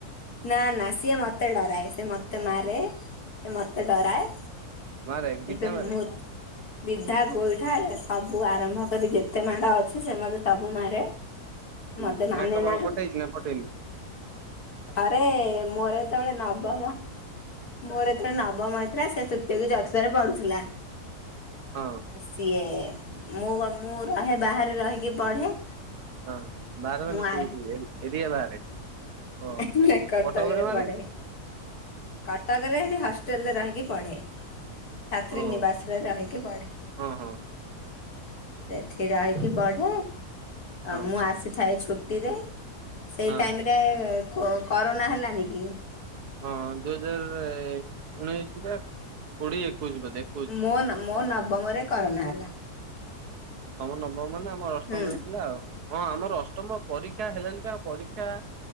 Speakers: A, on the left; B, on the right.
A: ନାଁ ନାଁ ସିଏ ମୋତେ ଡରାଏ ସେ ମୋତେ ମାରେ ସେ ମୋତେ ଡରାଏ।
B: ମାରେ
A: କିନ୍ତୁ
B: ବିଧା ମାରେ।
A: ମୁତ ବିଧା ଗୋଇଁଠା ସବୁ ଆରମ୍ଭ କରି ଯେତେ ମାଡ ଅଛି ସେ ମୋତେ ସବୁ ମାରେ।
B: ହୁଁ
A: ମତେ ମାନେ
B: ନାକ ତଳ
A: ନା
B: ଫଟେଇଛି ନାଁ ଫଟେଇନି?
A: ଥରେ ମୋର ଯେତେବେଳେ ନବମ ମୋର ଯେତେବେଳେ ନବମ ହେଇଥିଲା ସେ ତୃତୀୟ କି ଚତୃର୍ଥ ରେ ପଢୁଥିଲା।
B: ହଁ।
A: ସିଏ ମୁଁ ଗ ମୁଁ ରହେ ବାହାରେ ରହିକି ପଢେ।
B: ହଁ ହଁ ବାହାରେ ମାନେ
A: ମୁଁ ଆ
B: କଉଁଠି ଏରି ଏରିଆ ବାହାରେ। ଓହୋ
A: ହେଁ ନାଁ କଟକ
B: କଟକରେ
A: ରେ
B: ମାନେ
A: ପଢେ। କଟକରେ ସେଠି ହଷ୍ଟେଲ ରେ ରହିକି ପଢେ ଛାତ୍ରୀ
B: ଓହୋ
A: ନିବାସରେ। ସେ ରହିକି ପଢେ।
B: ହଁ ହଁ
A: ସେଠି ରହିକି ପଢେ ଆ
B: ହଁ
A: ମୁଁ ଆସିଥାଏ ଛୁଟିରେ ସେଇ
B: ହଁ
A: ଟାଇମ ରେ କୋ କରୋନା ହେଲାନି କି?
B: ହଁ ଦୁଇ ହଜାର ଉଣେଇଶି ବା କୋଡିଏ ଏକୋଇଶ ବୋଧେ। ଏକୋଇଶି
A: ମୋନ ମୋ ନବମରେ କରୋନା ହେଲା।
B: ତମର ନବମ ହେଲେ ଆମର ଅଷ୍ଟମ
A: ହୁଁ
B: ହେଇଥିଲା ଆଉ ହଁ ଆମର ଅଷ୍ଟମ ପରୀକ୍ଷା ହେଲେଣିି ବା ପରୀକ୍ଷା